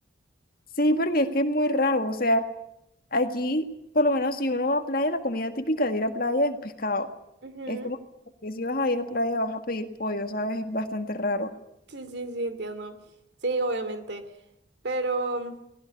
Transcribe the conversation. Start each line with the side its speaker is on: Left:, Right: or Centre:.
Left: sí, porque es que es muy raro. O sea, allí, por lo menos si uno va a playa, la comida típica de ir a playa es pescado.
Right: Ujú.
Left: Es como que si vas a ir a playa vas a pedir pollo, ¿sabes? Es bastante raro.
Right: Sí, sí, sí, entiendo. Sí, obviamente. Pero